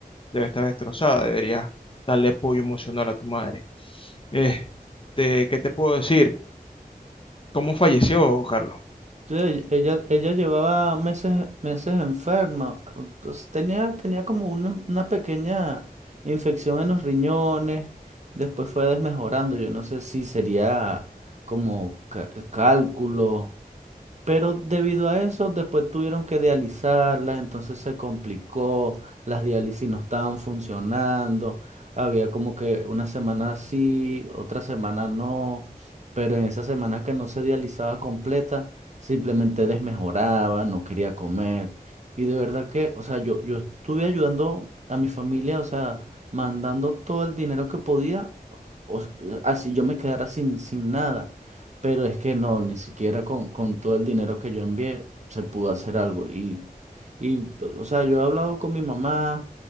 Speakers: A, on the left (about 35°); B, on the right (about 50°).
A: debe estar destrozada, deberías darle apoyo emocional a tu madre. Este, ¿qué te puedo decir? ¿Cómo falleció, Carlos?
B: Sí, Ella, ella llevaba meses, meses enferma, entonces tenía, tenía como una, una pequeña infección en los riñones, después fue desmejorando, yo no sé si sería como ca- cálculo Pero debido a eso, después tuvieron que dializarlas, entonces se complicó, las diálisis no estaban funcionando, había como que una semana sí, otra semana no, pero en esa semana que no se dializaba completa, simplemente desmejoraba, no quería comer. Y de verdad que, o sea, yo, yo estuve ayudando a mi familia, o sea, mandando todo el dinero que podía, o s- así yo me quedara sin, sin nada. Pero es que no, ni siquiera con, con todo el dinero que yo envié se pudo hacer algo. Y, y, pues, o sea, yo he hablado con mi mamá,